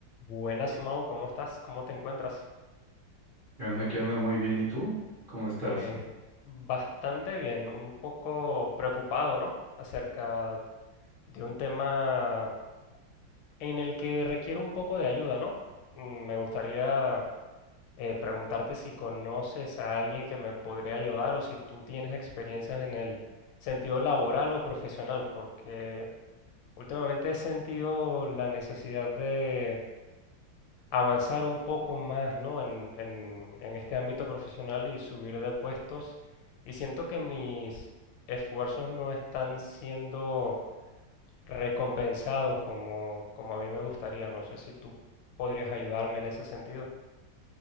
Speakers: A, on the left; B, on the right.
A: Buenas, Mau, ¿cómo estás? ¿Cómo te encuentras?
B: ¿Qué onda? ¿Qué onda? Muy bien. ¿Y tú? ¿Cómo estás?
A: Eh, bastante bien, un poco preocupado, ¿no? Acerca de un tema en el que requiere un poco de ayuda, ¿no? Mm, Me gustaría eh, preguntarte si conoces a alguien que me podría ayudar o si tú tienes experiencias en el sentido laboral o profesional, porque últimamente he sentido la necesidad de avanzar un poco más, ¿no? En, en, en este ámbito profesional y subir de puestos. Y siento que mis esfuerzos no están siendo recompensados como, como a mí me gustaría. No sé si tú podrías ayudarme en ese sentido.